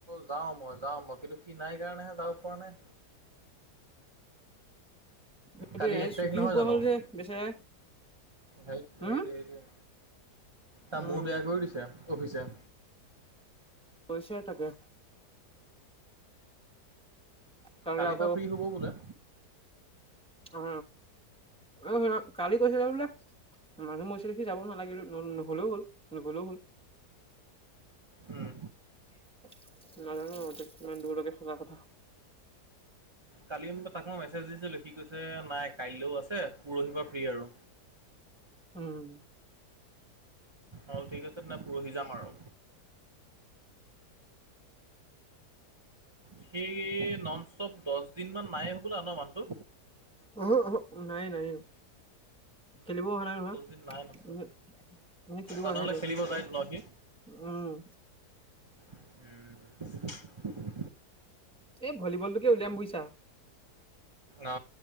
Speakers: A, on the right; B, in the centre.
A: যাওঁ মই যাওঁ মই কিন্তু সি নাই কাৰণেহে যাব পৰা নাই
B: সটোয়া
A: কালি এক তাৰিখ
B: চুটি
A: নহয়
B: নোপোৱা
A: জানো?
B: হ'ল যে বেচেৰাই
A: সেই
B: হুম
A: সেইটো সেইটোোৱ তাৰ
B: উম
A: মোৰ বেয়া কৰি দিছে অফিচে
B: পইচয় থাকে তাকে
A: কালি
B: আকৌ
A: পৰাা ফ্ৰী হ'ব বোলে
B: অ উ শু কালি কৈছো বোলে মানুহ ম দেখি যাব নালাগিল নহ'লেও হল নগ'লেও হল
A: উম।
B: <unintelligible>
A: কালি তাক মই মেছেজ দিছিলো সি কৈছে নাই কাইলৈও আছে পৰহিৰ পৰা ফ্ৰী আৰু।
B: উম।
A: অ ঠিক আছে ন পৰহি যাম আৰু। সেই নন ষ্টপ দহ দিন মান নাই হবোলা ন মানুটো।
B: অহো অহো নাই নাই খেলিবও অহা নাই নহয়,
A: দিন নাই মানুহটো
B: উমহোঁ। এনে খেলিব
A: অ
B: আহে
A: নহ'লে
B: তো,
A: খেলিব যায় ন সি
B: উম।
A: উম।
B: এই ভলীবলটোকে উলিয়াম বুজিছা।
A: অ,